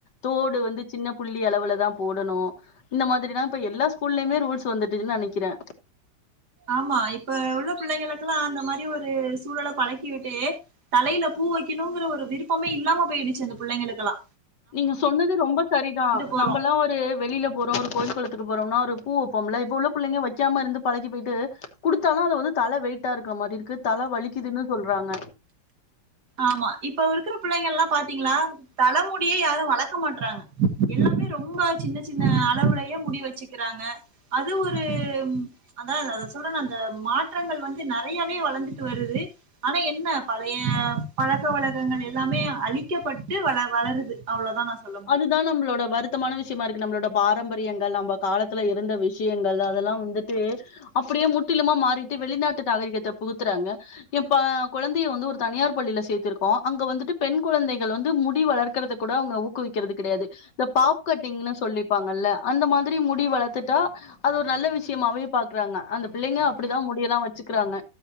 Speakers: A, on the left; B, on the right.
A: தோடு வந்து சின்ன புள்ளி அளவுலதா போடணு இந்த மாதிரிதா இப்ப எல்லா ஸ்கூல்லயுமே ரூல்ஸ் வந்துட்டுன்னு நெனைக்கிறே
B: ஆமா இப்ப உள்ள பிள்ளைங்களுக்குல்லா அந்த மாரி ஒரு ஒரு சூழல பழக்கி விட்டு தலையில பூ வைக்கணுங்கிற ஒரு விருப்பமே இல்லாம போயிடுச்சு அந்த பிள்ளைங்களுக்குல்லா
A: நீங்க சொன்னது ரொம்ப சரிதா
B: போறோ
A: நம்மல்லா ஒரு வெளியில போறோ ஒரு கோயில் குழ த்துகு போறோம்னா ஒரு பூ வப்பம்ல இப்ப உள்ள புள்ளைங்க வைக்காம இருந்து பழக்கி போயிட்டு குடுத்தாலு அது வந்து தல வெயிட்டா இருக்கிற மாரி இருக்கு தல வலிக்குதுன்னு சொல்றாங்க
B: ஆமா இப்ப இருக்கிற பிள்ளைங்கல்லா பாத்தீங்களா தலமுடிய யாரு வளக்க மாட்டறாங்க எல்லாமே ரொம்ப சின்ன சின்ன அளவுலயே முடி வச்சுக்கிறாங்க அது ஒரு அதா அத சொல்றே அந்த மாற்றங்கள் வந்து நெறையாவே வளந்துட்டு வருது ஆனா என்ன பழைய பழக்க வழக்கங்கள் எல்லாமே அழிக்கப்பட்டு வள வளருது அவ்ளோதா சொல்ல முடியு
A: அதுதா நம்மளோட வருத்தமான விஷயமாருக்கு நம்ளோட பாரம்பரியங்கள் நம்ப காலத்துல இருந்த விஷ்யங்கள் அதெல்லா வந்துட்டு அப்டியே முற்றிலுமா மாறிட்டு வெளிநாட்டு நகரகத்த புகுத்துறாங்க என் பா கொழந்தைய வந்து ஒரு தனியார் பள்ளில்ல சேத்திருக்கோம் அங்க வந்துட்டு பெண் கொழந்தைகள் வந்து முடி வளர்க்கறதக்கூட அவுங்க குவிக்கேறது கெடையாது இந்த பாப் கட்டிங்ன்னு சொல்லிப்பாங்கல்ல அந்த மாதிரி முடி வளர்த்துட்டா அது ஒரு நல்ல விஷ்யமாவே பாக்கறாங்க அந்த பிள்ளைங்க அப்புடிதா முடியெல்லா வச் ச்சிக்கறாங்க